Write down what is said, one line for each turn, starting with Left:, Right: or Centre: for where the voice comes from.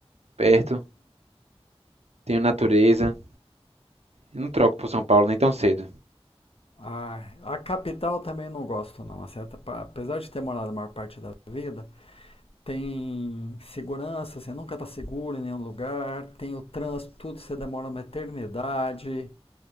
Right: perto, tenho natureza, Eu não troco pro São Paulo nem tão cedo.
Left: Ah, a capital também não gosto, não. Assim, até pa- apesar de ter morado a maior parte da vida, tem segurança, você nunca tá seguro em nenhum lugar, tem o trânsito, tudo, você demora uma eternidade.